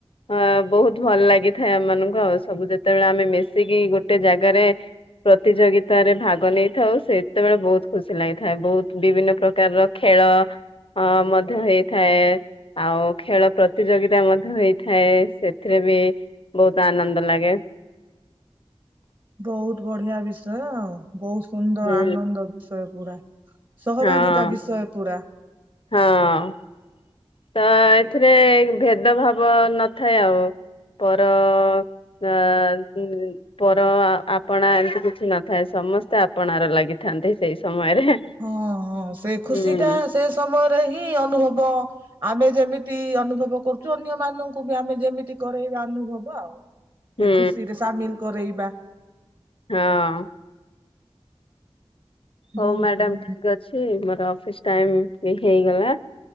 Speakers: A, on the left; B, on the right.
A: ଅଁ ବୋହୁତ ଭଲ ଲାଗିଥାଏ ଆମମାନୁଙ୍କୁ ଆଉ ସବୁ ଯେତେଳେ ଆମେ ମିଶିକି ଗୋଟେ ଜାଗାରେ ପ୍ରତିଯୋଗତାରେ ଭାଗ ନେଇଥାଉ ସେତେବେଳେ ବହୁତ ଖୁସି ଲାଗିଥାଏ ବହୁତ ବିଭିନ୍ନ ପ୍ର କାର ଖେଳ ଅ ମଧ୍ୟ ହେଇଥାଏ। ଆଉ ଖେଳ ପ୍ରତିଯୋଗିତା ମଧ୍ୟ ହେଇଥାଏ ସେଥିରେ ବି ବହୁତ ଆନନ୍ଦ ଲାଗେ।
B: ବହୁତ ବଢ଼ିଆ ବିଷୟ ବୋହୁତ ସୁନ୍ଦର
A: ହୁଁ
B: ଆନନ୍ଦ ବିଷୟ ପୁରା। ସହଭାଗିତା
A: ହଁ
B: ବିଷୟ ପୁରା।
A: ହଁ। ତ ଏଥିରେ ଭେଦଭାବ ନଥାଏ ଆଉ ପର ହ ଉଁ ପର ଆପଣା ଏମିତି କିଛି ନଥାଏ ସମସ୍ତେ ଆପଣାର ଲାଗିଥାନ୍ତି ସେଇ ସମୟରେ।
B: ହଁ ହଁ ସେ ଖୁସିଟା
A: ହୁଁ
B: ସେ ସମୟରେ ହିଁ ଅନୁଭବ ଆମେ ଯେମିତି ଅନୁଭବ କରୁୁ ଚୁ ଅନ୍ୟମାନଙ୍କୁ ବି ଆମେ ଯେମିତି କରରେଇବା ଅନୁଭବ ଆଉ।
A: ହୁଁ
B: ଏ ଖୁସିରେ ସାମିଲ କରେଇବା।
A: ହଁ। ହଉ
B: ବହୁତ
A: ମାଡାମ ଠିକ୍ ଅଛି ମୋର ଅଫିସ ଟାଇମ୍ ଏ ହେଇଗଲା।